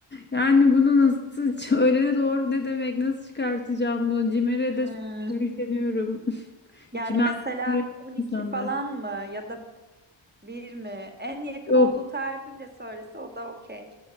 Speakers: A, on the left; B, on the right.
A: Yani bunu nasıl ç- öğlene doğru ne demek? Nasıl çıkartacağım bunu? Cimer'e
B: Hmm,
A: de sonra üfleniyorum. <laughs>
B: Yani
A: Cimer
B: mesela
A: öğretmen
B: 12
A: insanlar.
B: falan mı ya da bir mi? En yakın
A: Yok
B: olduğu tarifi bile söylese o da okey.